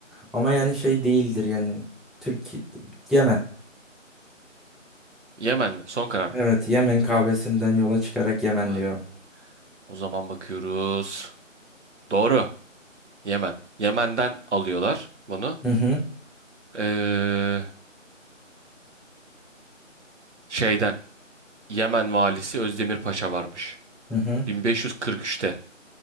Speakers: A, in the centre; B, on the right.
A: Ama yani şey değildir yani. Türkiye Yemen.
B: Yemen mi? Son karar.
A: Evet Yemen kahvesinden yola çıkarak Yemen
B: Ah,
A: diyorum.
B: O zaman bakıyoruz. Doğru. Yemen. Yemen'den alıyorlar bunu.
A: Hı hı
B: Ee, şeyden. Yemen valisi Özdemir Paşa varmış.
A: hı hı
B: 1543'te.